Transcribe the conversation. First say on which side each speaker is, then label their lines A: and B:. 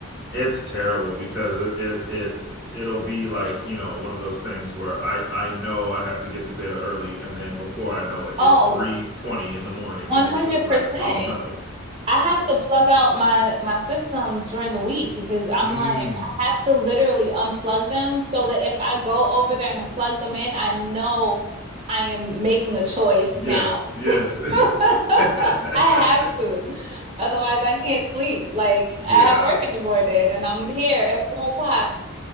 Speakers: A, on the left (about 70°); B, on the right (about 25°).
A: it's terrible because it it, it it'll be like you know one of those things where I I know I have to get to bed early and then before I know it
B: Oh,
A: it's three twenty in the morning
B: 100%.
A: and it's just like oh no
B: I have to plug out my my systems during the week because I'm
A: mm,
B: like I have to literally unplug them so that if I go over there and plug them in, I know I am making a choice
A: yes
B: now.
A: yes
B: <laughs> I
A: <laughs>
B: have to. Otherwise, I can't sleep. Like
A: yeah
B: I have work in the morning and I'm here at four o'clock